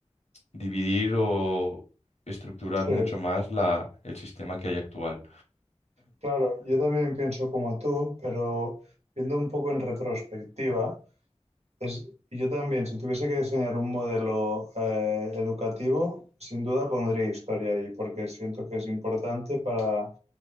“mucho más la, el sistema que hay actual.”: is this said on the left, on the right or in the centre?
Left